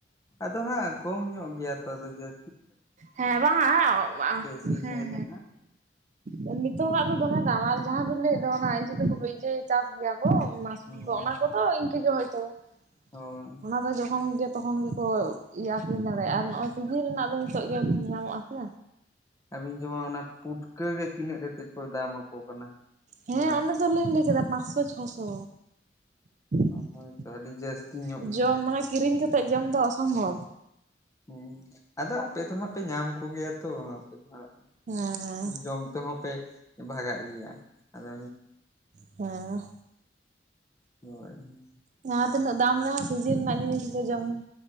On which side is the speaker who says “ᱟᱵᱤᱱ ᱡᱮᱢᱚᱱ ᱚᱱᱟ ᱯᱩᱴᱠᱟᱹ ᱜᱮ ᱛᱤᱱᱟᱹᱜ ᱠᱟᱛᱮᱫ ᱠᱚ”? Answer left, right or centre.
Left